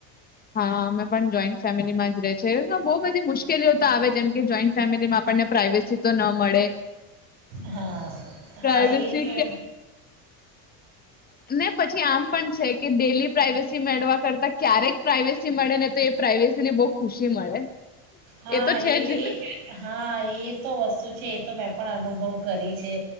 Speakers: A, on the left; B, on the right.
A: હા અમે પણ જોઈન્ટ ફેમિલીમાં જ ર છે એ તો બ બધી મુશ્કેલીઓ તો આવે જેમકે જોઈન્ટ ફેમિલીમાં આપણને પ્રાઇવેસી તો ન મળે.
B: હા
A: પ્રાઇવેસી
B: હા એ તો.
A: ને પછી આમ પણ છે કે ડેલી પ્રાઈવેસી મેળવા કરતા ક્યારેક પ્રાઈવેસી મળે ને તો એ પ્રઇવેસી ને બહુ ખુશી મળે.
B: હા
A: તો
B: એ
A: છે જ
B: હા એ તો વસ્તુ છે એ તો મે પણ અનુભવ કરી છે